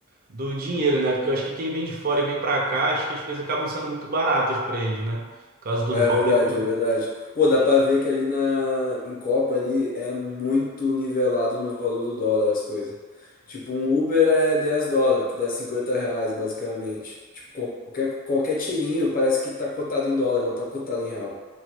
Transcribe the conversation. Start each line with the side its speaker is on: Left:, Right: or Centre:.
Right: do dinheiro, né? Porque eu acho que quem vem de fora e vem pra cá, acho que as coisas acabam sendo muito baratas pra eles, né? Por causa do
Left: É
Right: dólar
Left: verdade,
Right: e do...
Left: é verdade. Pô, dá pra ver que ali na em Copa ali é muito nivelado no valor do dólar as coisas. Tipo, um Uber é 10 dólares, que dá 50 reais basicamente. Tipo, qualquer, qualquer tirinho parece que tá cotado em dólar, não tá cotado em real.